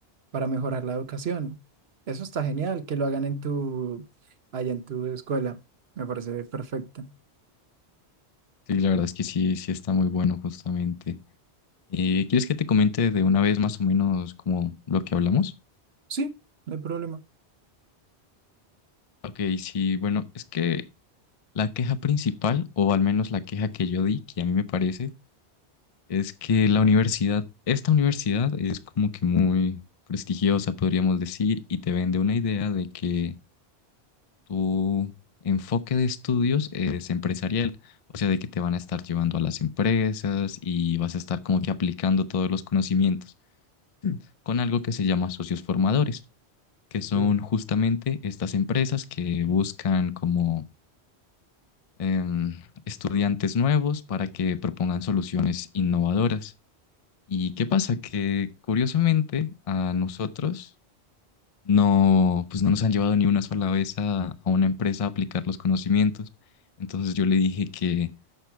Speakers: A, on the right; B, on the left.
A: para mejorar la educación. Eso está genial, que lo hagan en tu, allá en tu escuela. Me parece perfecto.
B: Sí, la verdad es que sí, sí está muy bueno justamente. ¿Y quieres que te comente de una vez más o menos como lo que hablamos?
A: Sí, no hay problema.
B: Ok, sí, bueno, es que la queja principal, o al menos la queja que yo di, que a mí me parece, es que la universidad, esta universidad es como que muy prestigiosa, podríamos decir, y te vende una idea de que tu enfoque de estudios es empresarial, o sea, de que te van a estar llevando a las empresas y vas a estar como que aplicando todos los conocimientos con algo que se llama socios formadores. que son
A: Sí,
B: justamente estas empresas que buscan como em, estudiantes nuevos para que propongan soluciones innovadoras. ¿Y qué pasa? Que curiosamente a nosotros no, pues no nos han llevado ni una sola vez a, a una empresa a aplicar los conocimientos. Entonces yo le dije que